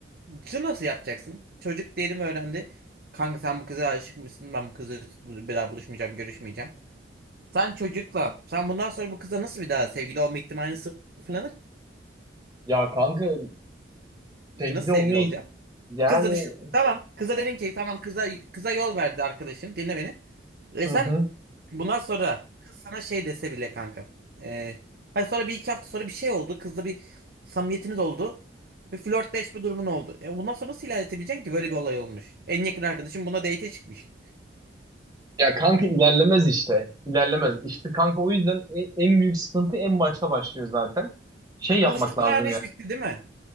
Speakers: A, on the right; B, on the right.
A: Şunu nasıl yapacaksın? Çocuk diyelim öğrendi. Kanka sen bu kıza aşık mısın? Ben bu kızla bu- bir daha buluşmayacağım, görüşmeyeceğim. Sen çocukla, sen bundan sonra bu kızla nasıl bir daha sevgili olma ihtimalini sıfırlanır
B: Ya kanka sevgili
A: ki? Nasıl sevgili
B: olmayı
A: olacaksın?
B: yani
A: Kızla düşün. Tamam. Kıza dedin ki tamam kıza kıza yol verdi arkadaşın. Dinle beni. E
B: Hı
A: sen
B: hı.
A: bundan sonra kız sana şey dese bile kanka. E, hani sonra bir iki hafta sonra bir şey oldu. Kızla bir samimiyetiniz oldu. Bir flörtleşme durumun oldu. E bundan sonra nasıl ilerletebileceksin ki böyle bir olay olmuş. En yakın arkadaşım buna date'e çıkmış.
B: Ya kanka ilerlemez işte. İlerlemez. İşte kanka o yüzden e- en büyük sıkıntı en başta başlıyor zaten. Şey yapmak
A: Buluştukları
B: lazım
A: an iş
B: yani.
A: bitti değil mi?